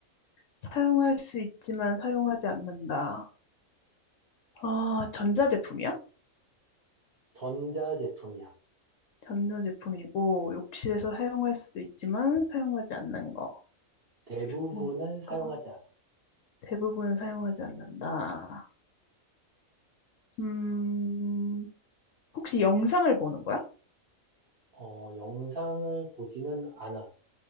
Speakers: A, on the left (about 70°); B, on the right (about 45°).
A: 사용할 수 있지만 사용하지 않는다. 아, 전자제품이야?
B: 전자제품이야.
A: 전자제품이고 욕실에서 사용할 수도 있지만 사용하지 않는 거.
B: 대부분은
A: 뭐 있을까?
B: 사용하지 않아.
A: 대부분 사용하지 않는다. 음, 혹시 영상을 보는 거야?
B: 어, 영상을 보지는 않아.